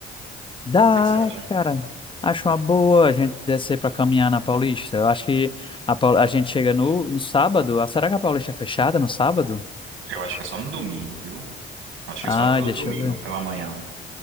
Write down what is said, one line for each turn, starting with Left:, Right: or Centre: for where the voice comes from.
Left: Dá,
Right: que que você acha?
Left: cara. Acho uma boa a gente descer para caminhar na Paulista. Eu acho que a, Paul- a gente chega no, no sábado. Ah, será que a Paulista é fechada no sábado?
Right: Eu acho que é só no domingo, viu? Acho que
Left: Ai,
Right: é só pelo
Left: deixa
Right: domingo,
Left: eu ver.
Right: pela manhã.